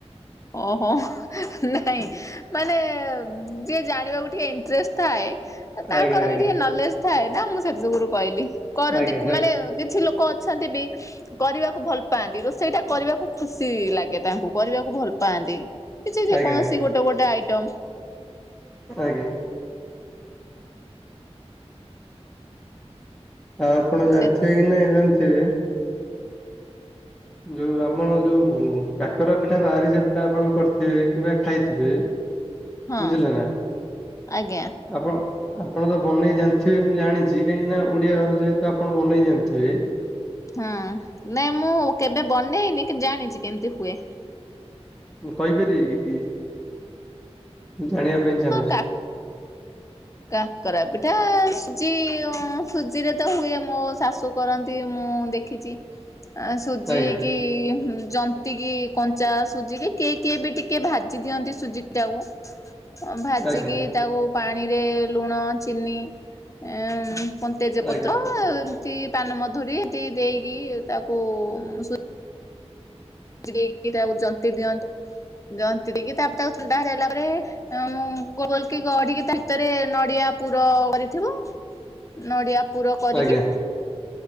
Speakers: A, on the left; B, in the centre.
A: ଓହୋ, ନାଇଁ ମାନେ ଯିଏ ଜାଣିବାକୁ ଟିକେ ଇଣ୍ଟରେଷ୍ଟ ଥାଏ। ଏ ତାଙ୍କର
B: ଆଜ୍ଞା ଆଜ୍ଞା
A: ବି ଟିକେ ନଲେଜ୍ ଥାଏ ନା ମୁଁ ସେଥି ଯୁଗୁରୁ କହିଲି। କରନ୍ତି
B: ଆଜ୍ଞା
A: କୁ- ମାନେ କି ଛି ଲୋକ ଅଛନ୍ତି ବି କରିବାକୁ ଭଲ ପାଆନ୍ତି। ରୋଷେଇ ଟା କରିବାକୁ ଖୁସି ଲାଗେ ତାଙ୍କୁ। କରିବାକୁ ଭଲ ପାଆନ୍ତି। କିଛି
B: ଆଜ୍ଞା
A: ଯେ କୌଣସି
B: ଆଜ୍ଞା
A: ଗୋଟେ ଗୋଟେ ଆଇଟମ।
B: ଆଜ୍ଞା। ଆଉ ଆପଣ ଜାଣିଥିବେ
A: ସେ
B: କି ନାଇଁ ଜାଣିଥିବେ ଯୋଉ ଆପଣଙ୍କ ଯୋଉ କାକରା ପିଠା ବାହାରି ସେଟା ଆପଣ କରିଥିବେ କିମ୍ବା ଖାଇଥିବେ।
A: ହଁ
B: ବୁଝିଲେ ନା।
A: ଆଜ୍ଞା
B: ଆପଣ ଆପଣ ତ ବନେଇ ଜାଣିଥିବେ ମୁଁ ଜାଣିଚି। କାହିଁକି ନା ଓଡ଼ିଆ ଘର ଯେହେତୁ ଆପଣ ବନେଇ ଜାଣିଥିବେ।
A: ହଁ ନାଇଁ ମୁଁ କେବେ ବନେଇନି, କିନ୍ତୁ ଜାଣିଚି କେମିତି ହୁଏ।
B: ଉଁ, କହିପାରିବେ ଟିକେ, ମୁଁ ଜାଣିବା ପାଇଁ ଚାହୁଁଛି?
A: ଫା କାକରା ପିଠା ସୁଜି ଅଁ, ସୁଜିରେ ତ ହୁଏ। ମୋ ଶାଶୁ ଶୁ କରନ୍ତି ମୁଁ ଦେଖିଚି, ଆ, ସୁଜି
B: ଆଜ୍ଞା
A: କି ହୁଁ, ଜ ତିକି କଞ୍ଚା ସୁଜିକି କିଏ କିଏ ବି ଟିକେ ଭାଜି ଦିଅନ୍ତି ସୁଜି ଟାକୁ। ଅଁ, ଭାଜିକି
B: ଆଜ୍ଞା
A: ତାକୁ ପାଣିରେ ଲୁଣ ଚିନି ଏଁ, ଉଁ, କଣ ତେଜ ପତ୍ର
B: ଆଜ୍ଞା
A: ଏମତି ପାନ ମଧୁରୀ ଏମତି ଦେଇକି ତାକୁ ଉଁ, ସୁ ଜି ଦେଇକି ତାକୁ ଜନ୍ତି ଦିଅନ୍ତି। ଜନ୍ତି ଦେଇକି ତାପରେ ତାକୁ ଥଣ୍ଡା ହେଇ ସାରିଲା ପରେ ଏଁ, ମ- ଗ-ଗୋଲ କି ଗଢିକି <inaudible> ଭିତରେ ନଡିଆ ପୁର କରିଥିବ ନଡ଼ିଆ ପୁର କରିକି,
B: ଆଜ୍ଞା